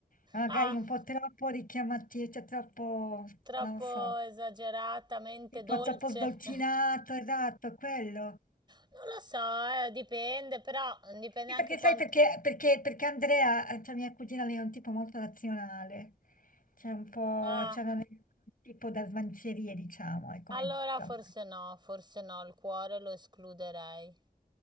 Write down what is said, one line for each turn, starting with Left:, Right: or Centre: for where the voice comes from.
Left: magari
Right: Ah,
Left: un po' troppo richiamativo, cioè troppo,
Right: Troppo
Left: non lo so,
Right: esageratamente
Left: tipo
Right: dolce.
Left: troppo sdolcinato,
Right: <laughs>
Left: esatto, quello.
Right: Non lo so, eh, dipende, però dipende
Left: Sì,
Right: anche
Left: perché
Right: quanto...
Left: sai perché, perché, perché Andrea, eh, cioè mia cugina, lei è un tipo molto razionale, cioè un po',
Right: Ah,
Left: cioè non è un tipo da smancerie, diciamo, è come,
Right: allora
Left: insomma.
Right: forse no, forse no, il cuore lo escluderei.